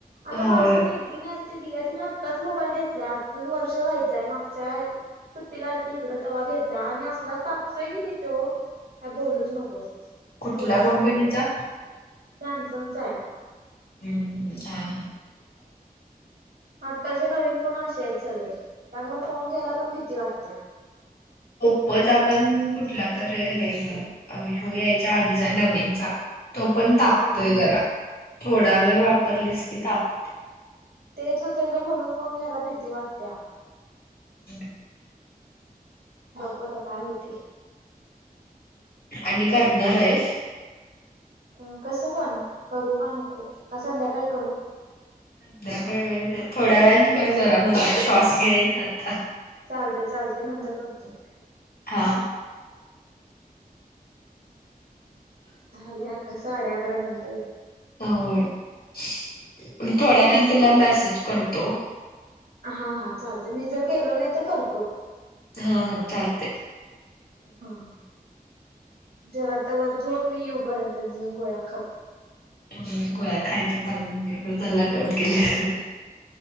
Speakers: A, on the right (about 80°); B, on the left (about 80°).
A: आंता
B: होय
A: माझी माहिती त्री नाहीघं ती दियां तिनं आत्ताचं मोबाईल घेतल्यां अं अजूंन वर्ष व्हायचंय मागं. सुट्टी लागं आली ते इकडं तवां घेतल्यां आणि असलां तापतोय की नाहीं तो कायं बोलूं.. नकोस
B: कुठल्या
A: एवढां
B: कंपनीचा
A: तापतोय सॅमसंगचा आहे.
B: हम्मं हां.
A: आत्तांचे नवीन फोन असे आहेतं सगळें त्यामुळें फोन घ्यायला पणं भीती वाटतेंया.. !
B: ओप्पोचा पणं कुठंला तरं हे हो यायच्यां आधीचा नवीनचां. तो पणं तापतोय
A: हा
B: जरां थोंडा वेळं वापरलीस की तापो
A: तेचं होते गं म्हणूंन फोन घ्यायला भीती वाटतेया.
B: हम्मं
A: बघूं आंता कायं होते.
B: आणि करणारं आहेस.
A: अं कसं पणं करूं कां नको कां संध्याकांळी करूं
B: संध्याकाळी थोड्यां वेने करं जरां मणंगा श्वास घेईन आंता
A: चालते चालते नंतर करतो
B: हा
A: हां झाले अंक साडे अकरा मिनिटं
B: हो मी थोड्यां वेळां ने तुलां मेसेज करतो
A: हां हां चालतं मी जरं गेलो नाहीं तरं करतो
B: हां कायं तरी
A: हं जरां तंवर झोप मी येऊपर्यंत जीऊन गोळ्यां खाऊंन
B: मी गोळ्या खायचे ताई, ते पण <unintelligible> केले.